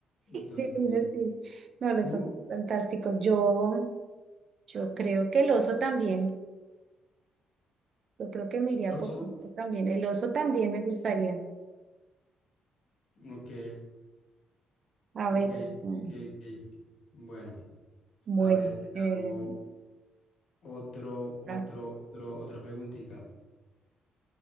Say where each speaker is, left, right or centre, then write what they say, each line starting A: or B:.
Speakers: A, on the left; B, on the right.
A: Entonces,
B: Divinos,
A: sí.
B: sí. No, los
A: ¿Tú?
B: son fantásticos. Yo, yo creo que el oso también. Yo creo que me iría
A: ¿El
B: por
A: oso?
B: el oso también. El oso también me gustaría.
A: Ok,
B: A
A: ok,
B: ver, mm,
A: ok, ok. Bueno,
B: bueno.
A: a ver, te
B: eh,
A: hago otro, otro,
B: ah,
A: otro, otra preguntita.